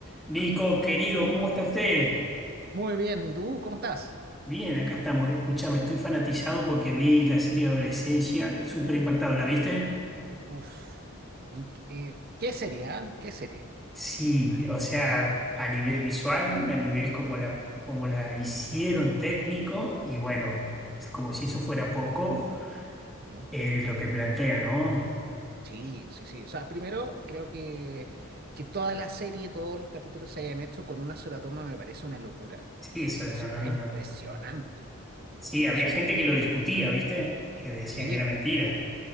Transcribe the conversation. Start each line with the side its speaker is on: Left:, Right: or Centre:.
Centre: Nico, querido, ¿cómo está usted?
Right: Muy bien, ¿y tú cómo estás?
Centre: Bien, acá estamos. Escúchame, estoy fanatizado porque vi la serie Adolescencia, súper impactado. ¿La viste?
Right: Uf, ¿en qué eh, qué serie? ah? ¿Qué serie?
Centre: Sí,
Right: Una.
Centre: o sea, a nivel visual, a nivel como la, como la hicieron técnico, y bueno, es como si eso fuera poco,
Right: Ujú.
Centre: eh, lo que plantea, ¿no?
Right: Sí, sí, sí. O sea, primero creo que, que toda la serie, todos los capítulos se hayan hecho con una sola toma me parece una locura.
Centre: Sí,
Right: O sea,
Centre: eso,
Right: eso
Centre: no, no,
Right: está
Centre: no,
Right: impresionante,
Centre: no, no. Sí,
Right: impresionante.
Centre: había gente que lo discutía, ¿viste? Que decían
Right: Sí,
Centre: que era mentira.